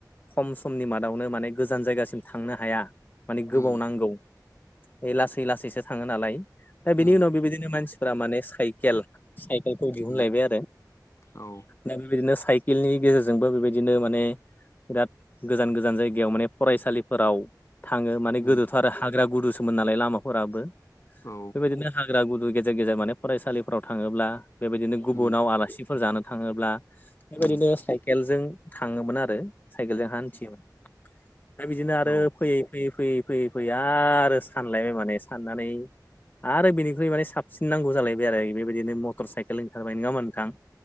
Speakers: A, on the left; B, on the left.
A: खम समनि मादावनो माने गोजान जायगासिम थांनो हाया माने गोबाव
B: उम
A: नांगौ लासै लासैसो थाङो नालाय दा बिनि
B: उम
A: उनाव बेबायदिनो मानसिफोरा माने साइकेल साइकेलखौ दिहुनलायबाय
B: उम
A: आरो
B: औ
A: दा बेबायदिनो साइकेलनि गेजेरजोंबो बेबायदिनो माने बिराद गोजान गोजान जायगायाव माने फरायसालिफोराव थाङो माने
B: उम
A: गोदोथ' आरो हाग्रा गुदुसोमोन नालाय लामाफोराबो
B: औ
A: बेबायदिनो हाग्रा गुदु गेजेर गेजेर माने फरायसालिफोराव थाङोब्ला बेबायदिनो गुबुनाव
B: उम
A: आलासि फोर जानो थाङोब्ला बेबायदिनो
B: उम
A: साइकेलजों थाङोमोन आरो साइकेलजों हान्थियोमोन। दा बिदिनो आरो
B: औ
A: फैयै फैयै फैयै फैयै फैयै आरो सानलायबाय माने साननानै आरो बिनिख्रुइ माने साबसिन नांगौ जालायबाय आरो बेबायदिनो मटर साइकेल ओंखारबाय नङा होमबा नोंथां?